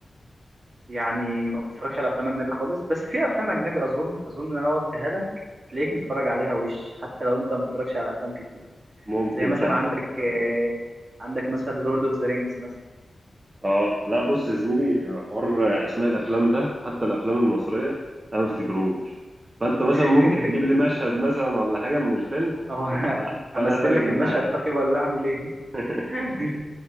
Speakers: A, on the right (about 55°); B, on the right (about 35°).
A: يعني ما بتتفرجش على افلام اجنبي خالص بس في افلام اجنبي اظن اظن إن انا قلتها لك هتلاقيك متفرج عليها وش حتى لو انت ما بتتفرجش على افلام كتير
B: ممكن
A: زي مثلا
B: فعلا
A: عندك آه، عندك مثلا لورد اوف ذا رينجز مثلا
B: اه لا بص يا زميلي حوار اسماء الافلام ده حتى الافلام المصرية انا ما افتكرهوش فانت مثلا
A: <laughs>
B: ممكن تجيب لي مشهد مثلا ولا حاجة من الفيلم
A: اه
B: آه، فانا
A: همثل
B: اترجم
A: لك المشهد
B: معاك
A: طيب ولا اعمل ايه
B: <laughs>
A: <laughs>